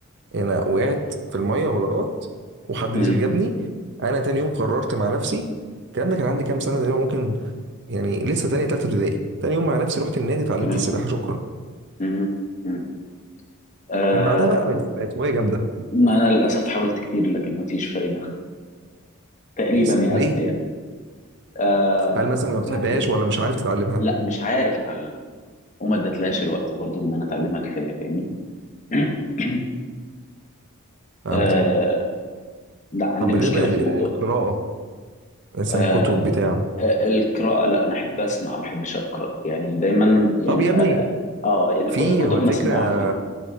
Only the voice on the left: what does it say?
مم.
تمام
مم. مم. آه
ما أنا للأسف حاولت كتير لكن ما فيش فايدة <laughs> تقريبا
يأست
يعني آه
يعني
لا مش عارف أتعلم وما ادتلهاش الوقت برضو إن أنا أتعلمها كفاية فاهمني <clears throat>
آه لا عندي
مشكلة
في الموضوع
ده
آه
آه، القراءة لا أنا أحب أسمع ما أحبش أقرأ يعني دايما يعني
آه يعني
ك- كتب
مسموعة
فاهم